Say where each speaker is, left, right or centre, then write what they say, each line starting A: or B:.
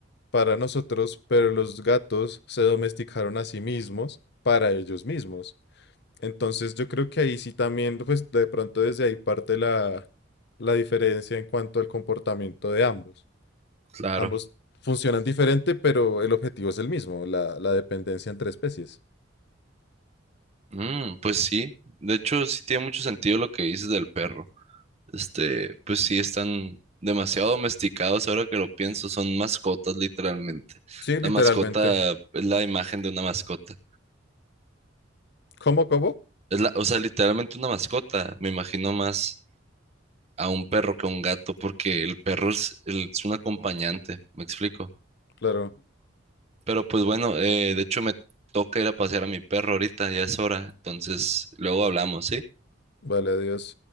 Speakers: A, on the left; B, on the right.
A: para nosotros, pero los gatos se domesticaron a sí mismos para ellos mismos. Entonces yo creo que ahí sí también, pues de pronto desde ahí parte la, la diferencia en cuanto al comportamiento de ambos.
B: claro.
A: Ambos funcionan diferente, pero el objetivo es el mismo, la, la dependencia entre especies.
B: Mm, pues sí, de hecho sí tiene mucho sentido lo que dices del perro. Este, pues sí, están demasiado domesticados ahora que lo pienso, son mascotas literalmente.
A: Sí,
B: La
A: literalmente.
B: mascota es la imagen de una mascota.
A: ¿Cómo, cómo?
B: Es la, o sea, literalmente una mascota. Me imagino más a un perro que a un gato porque el perro es, el- es un acompañante, me explico.
A: Claro.
B: Pero pues bueno, eh, de hecho me toca ir a pasear a mi perro ahorita, ya es hora. Entonces, luego hablamos, ¿sí?
A: Vale, adiós.